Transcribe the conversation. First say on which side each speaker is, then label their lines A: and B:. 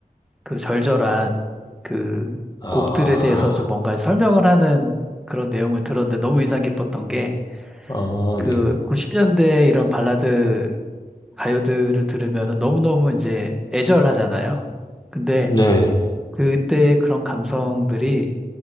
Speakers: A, in the centre; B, on the left (about 25°).
A: 그 절절한 그
B: 아,
A: 곡들에 대해서 좀 뭔가 설명을 하는 그런 내용을 들었는데 너무 인상 깊었던 게
B: 아,
A: 그
B: 네.
A: 90년대 이런 발라드 가요들을 들으면 너무너무 이제 애절하잖아요. 근데
B: 네.
A: 그때 그런 감성들이